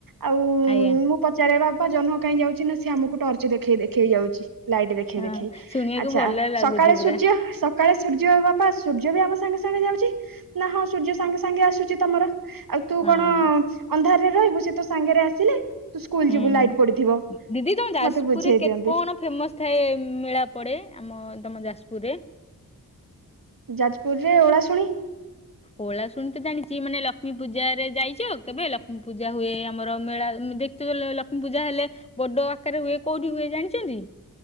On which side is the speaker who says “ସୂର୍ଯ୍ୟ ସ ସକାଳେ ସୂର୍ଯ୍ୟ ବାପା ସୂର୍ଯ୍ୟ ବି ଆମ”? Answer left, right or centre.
Right